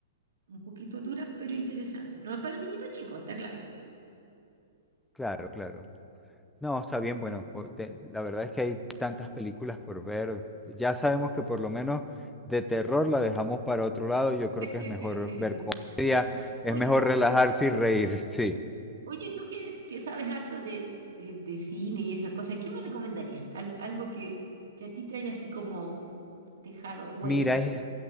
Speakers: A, on the right; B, in the centre.
A: un poquito duras, pero interesantes. No es para niñitos chicos, está claro.
B: claro, claro. No, está bien, bueno, po- te- la verdad es que hay tantas películas por ver. Ya sabemos que por lo menos de terror la dejamos para otro lado. Yo creo
A: <laughs>
B: que es mejor ver comedia, es
A: Oye,
B: mejor relajarse y reír, <laughs> sí.
A: oye, tú que, que sabes harto de, de, de cine y esas cosas, ¿qué me recomendarías? Al- algo que, que a ti te haya así como dejado huella.
B: Mira, hay,